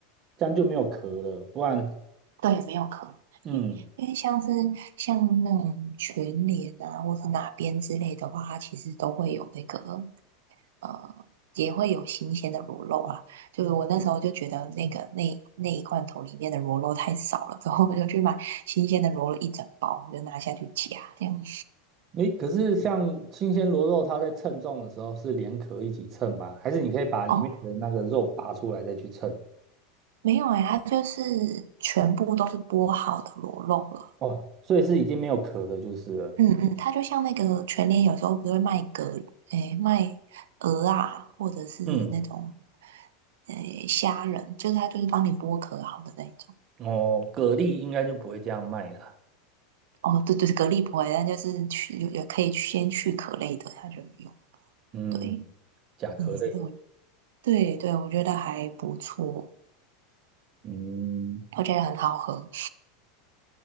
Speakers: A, on the right; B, on the right.
A: 这样就没有壳了，不然，
B: 对，没有壳，
A: 嗯，
B: 因为因为像是像那种全脸啊，或是哪边之类的话，它其实都会有那个呃，也会有新鲜的螺肉啊。就是我那时候就觉得那个那那一罐头里面的螺肉太少了，之后我就去买新鲜的螺肉一整包，我就拿下去夹这样。
A: 诶，可是像新鲜螺肉，它在称重的时候是连壳一起称吗？还是你可以把里面的那个肉拔出来再去称？
B: 哦，没有哎、它就是全部都是剥好的螺肉了。
A: 哦，所以是已经没有壳的，就是了。
B: 嗯嗯，它就像那个全联，有时候不是会卖蛤，诶，卖鹅啊，或者是那种
A: 嗯，
B: 诶虾仁，就是它就是帮你剥壳好的那一种。
A: 哦，蛤蜊应该就不会这样卖了。
B: 哦，对对，蛤蜊不会，但就是去也可以先去壳类的，它就有。
A: 嗯，
B: 对，
A: 甲壳类。
B: 嗯，这是我对对，我觉得还不错，
A: 嗯，
B: 我觉得很好喝，